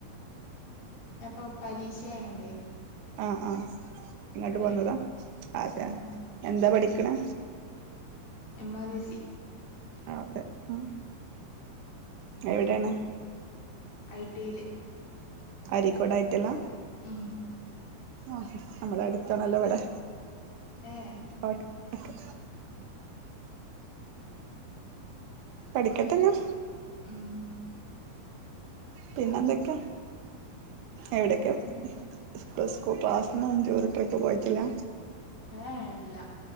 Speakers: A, on the left; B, on the right.
A: ഞ പ്പം പരീക്ഷ ആയോണ്ടേ
B: ആഹ് ആഹ് ഇങ്ങട്ട്
A: ഇവിടേണ്
B: പോന്നതാ? അതെ
A: ഉം
B: എന്താ പഠിക്ക്ണേ?
A: എം ആർ എ സി
B: അതെ മ് എവിടെണ്?
A: ഐ ടി ല്
B: അരീക്കോട് ഐ ടി ഐ യില.
A: ഉം
B: ആഹ് നമ്മളെ അടുത്താണല്ലോ ഇവിടെ
A: ഏഹ്
B: ഓക്കെ ഓക്കെ പഠിക്കട്ടെന്ന
A: ഉം
B: പിന്നെന്തൊക്കെയാ എവിടൊക്കെയ
A: പിന്നെന്താ
B: <unintelligible> സ്കൂൾ ക്ലാസ്ന്നൊന്നും ടൂറ് ട്രിപ്പ് പോയിട്ടില്ല?
A: ഏഹ് ഇല്ല.